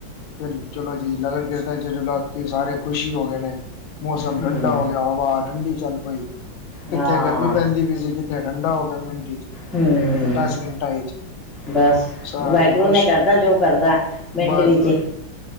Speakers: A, on the left (about 80°); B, in the centre.
A: ਫਿਰ ਚਲੋ ਜੀ ਨਗਰ ਕੀਰਤਨ ਚੱਲ ਕੇ ਸਾਰੇ ਖੁਸ਼ ਹੀ ਹੋ ਗਏ ਨੇ। ਮੌਸਮ
B: ਹੂੰ,
A: ਠੰਡਾ ਹੋ ਗਿਆ ਹਵਾ ਠੰਡੀ ਚੱਲ ਪਈ। ਕਿੱਥੇ
B: ਹਾਂ,
A: ਗਰਮੀ ਪੈਂਦੀ ਵੀ ਸੀ ਕਿੱਥੇ ਠੰਡਾ ਹੋ ਗਿਆ ਮਿੰਟ ਚ
B: ਹੂੰ,
A: ਮਿੰਟਾਂ ਸਕਿੰਟਾਂ ਚ।
B: ਬਸ
A: ਸਾਰੇ
B: ਵਾਹਿਗੁਰੂ
A: ਖੁਸ਼
B: ਨੇ ਕਰਦਾ ਜੋ ਕਰਦਾ ਮਿੰਟ
A: ਬਸ
B: ਵਿੱਚ।
A: ਜੀ ਬਸ